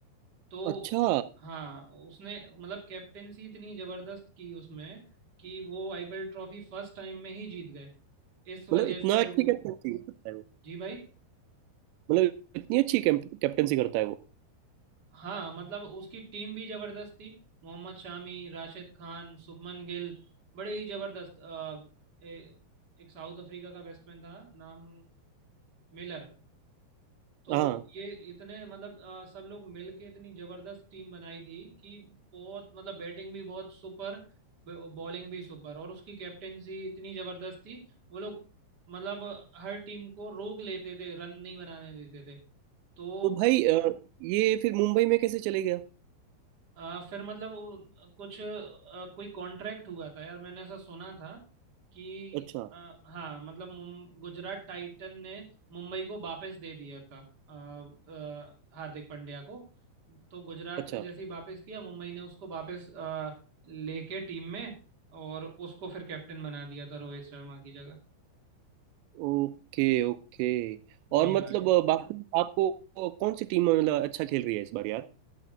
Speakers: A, on the right (about 30°); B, on the right (about 90°).
A: तो
B: अच्छा
A: हाँ उसने मतलब कैप्टेंसी इतनी जबरदस्त की उसमें कि वो आईपीएल ट्रॉफी फर्स्ट टाइम में ही जीत गए इस वजह
B: मतलब इतना
A: से
B: अच्छी
A: वो
B: कैप्टनसी करता है वो
A: जी भाई
B: मतलब इतनी अच्छी कैप्टनसी करता है वो
A: हाँ मतलब उसकी टीम भी जबरदस्त थी मोहम्मद शामी राशिद खान शुभमन गिल बड़े ही जबरदस्त अ, ए- एक साउथ अफ्रीका का बैट्समैन था नाम मिलर तो
B: हाँ
A: ये इतने मतलब अ, सब लोग मिलके इतनी जबरदस्त टीम बनाई थी कि बहुत मतलब बैटिंग भी बहुत सुपर बॉलिंग भी सुपर और उसकी कैप्टेंसी इतनी जबरदस्त थी वो लोग मतलब हर टीम को रोक लेते थे रन नहीं बनाने देते थे तो
B: तो भाई अ, ये फिर मुंबई में कैसे चले गया
A: आ, फिर मतलब वो कुछ आ, कोई कॉन्ट्रैक्ट हुआ था यार मैंने ऐसा सुना था कि
B: अच्छा
A: आ, हाँ मतलब मुं- गुजरात टाइटन ने मुंबई को वापस दे दिया था आ, आ, हार्दिक पांड्या को तो गुजरात
B: अच्छा
A: ने जैसे ही वापस किया मुंबई ने उसको वापस आ, लेके टीम में और उसको फिर कैप्टन बना दिया था रोहित शर्मा की जगह
B: Okay okay
A: जी
B: और मतलब
A: भाई
B: अ, बाकी आपको कौन सी टीम मतलब अच्छा खेल रही है इस बार यार